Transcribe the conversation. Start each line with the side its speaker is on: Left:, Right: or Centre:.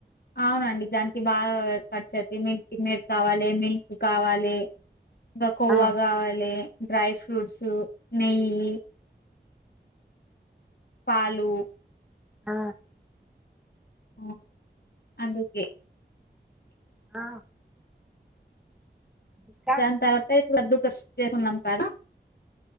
Left: అవునండి. దానికి బాగ ఖర్చయితయి మిల్క్ మేడ్ కావాలి, మిల్క్ కావాలి. ఇంగా కొవా
Centre: ఆ
Left: కావాలి, డ్రై ఫ్రూట్స్, నెయ్యి. పాలు.
Centre: ఆ
Left: మ్ అందుకె
Centre: ఆ ఇంకా
Left: దాని తర్వాత ఇప్పుడు వద్దు క్రష్ చె ఉన్నాం కదా